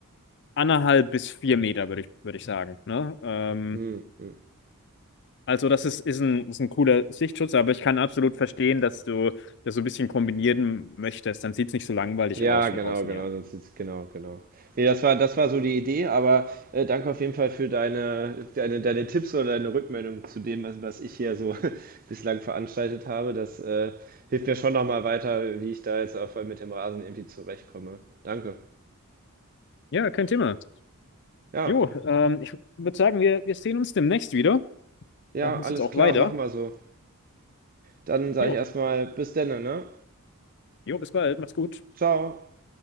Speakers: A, on the left; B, on the right.
A: anderthalb bis vier Meter, würde ich, würde ich sagen. Ne? Ähm,
B: hm, hm.
A: also das ist, ist ein, ist ein cooler Sichtschutz, aber ich kann absolut verstehen, dass du das so ein bisschen kombinieren möchtest. Dann sieht es nicht so langweilig
B: Ja,
A: aus von
B: genau,
A: außen,
B: genau,
A: ja.
B: sonst ist, genau, genau. Nee, das war, das war so die Idee, aber äh, danke auf jeden Fall für deine, deine, deine Tipps oder deine Rückmeldung zu dem, was, was ich hier so <laughs> bislang veranstaltet habe. Das äh, hilft mir schon nochmal weiter, wie ich da jetzt auf, mit dem Rasen irgendwie zurechtkomme. Danke.
A: Ja, kein Thema.
B: Ja,
A: Jo, ähm, ich würde sagen, wir, wir sehen uns demnächst wieder.
B: ja,
A: Ich muss
B: alles
A: jetzt auch
B: klar,
A: weiter.
B: machen wir so. Dann sage
A: Jo,
B: ich erstmal bis denne, ne?
A: jo, bis bald. Mach's gut.
B: Ciao.